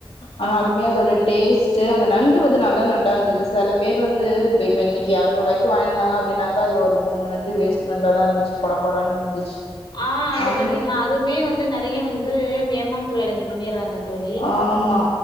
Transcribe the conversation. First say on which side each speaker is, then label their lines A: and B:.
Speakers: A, on the left; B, on the left.
A: ஆனாலுமே
B: ஆ
A: அதோட டேஸ்ட் ச்சி அந்த நண்டு வந்து நல்லா நண்டா இருந்தது சில பேர் வந்து இ இப்ப இன்னைக்கு இநூறுவாய்க்கு வங்கிட்வந்தாங்க அப்பின்னாக்கா அது ஒரு மூணு நண்டு வேஸ்ட் நண்டா தான் இருந்துச்சு கொடகொடன் இருந்துச்சு
B: ஆஹ் அது
A: அன்னைக்கு
B: பாத்தீங்கன்னா அதுமே வந்து நெறைய வந்து ஏமாத்து வேலைகள் பண்ணடுறாங்க தோழி
A: ஆமா